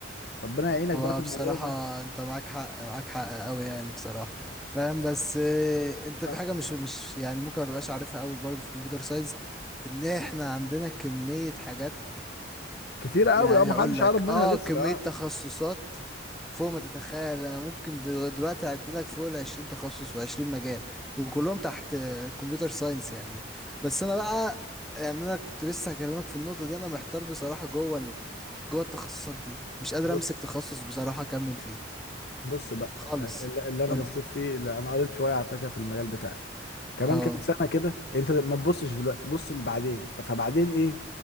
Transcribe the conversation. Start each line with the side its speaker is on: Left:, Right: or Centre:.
Left: ربنا يعينك
Centre: هو
Left: بقى في الموضوع
Centre: بصراحة
Left: ده
Centre: انت معاك حق معاك حق قوي يعني بصراحة فاهم بس اه، انت في
Left: أنا-
Centre: حاجة مش مش يعني ممكن ما تبقاش عارفها قوي برضو في كمبيوتر ساينس ان احنا عندنا كمية حاجات
Left: كتير قوي
Centre: يعني
Left: اه ما
Centre: هقول
Left: حدش
Centre: لك
Left: قرب منها
Centre: اه
Left: لسه
Centre: كمية
Left: اه
Centre: تخصصات فوق ما تتخيل انا ممكن دل- دلوقتي اعدلك فوق ال 20 تخصص و20 مجال وكلهم تحت كمبيوتر ساينس يعني بس انا بقى يعني انا كنت لسه هكلمك في النقطة دي انا محتار بصراحة جوه ال... جوه التخصصات دي مش قادر
Left: بص
Centre: امسك تخصص بصراحة اكمل فيه
Left: بص بقى
Centre: خالص
Left: ال- اللي انا
Centre: قول
Left: بصيت
Centre: لي
Left: فيه اللي انا قريت شويه على فكره في المجال بتاعك كمان
Centre: اه
Left: كام سنه كده انت ما تبصش دلوقتي بص لبعدين فبعدين ايه